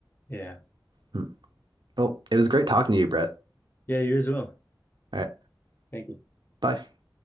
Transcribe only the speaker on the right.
Hmm. Well, it was great talking to you, Brett.
All right,
bye.